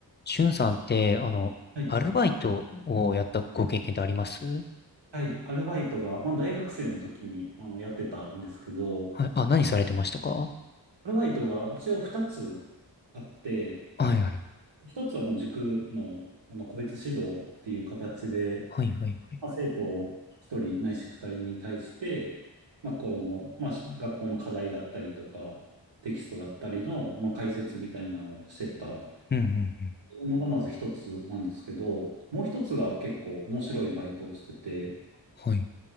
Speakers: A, on the left (about 25°); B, on the right (about 80°).
A: しゅんさんって、あの、
B: はい。
A: アルバイトをやったご経験ってあります
B: はい。アルバイトが、まあ、大学生の時に、あの、やってたんですけど、
A: はい。あ、何されてましたかは
B: アルバイトが一応二つあって、
A: いはい。
B: 一つはもう塾の、あの、個別指導っていう形で、
A: はいはいはい。
B: まあ、生徒一人ないし二人に対して、まあ、この、まあ、学校の課題だったりとか、テキストだったりの、まあ、解説みたいなのをしてた
A: うんうんうん。
B: のがまず一つなんですけど、もう一つが結構面白いバイトをしてて、
A: はい。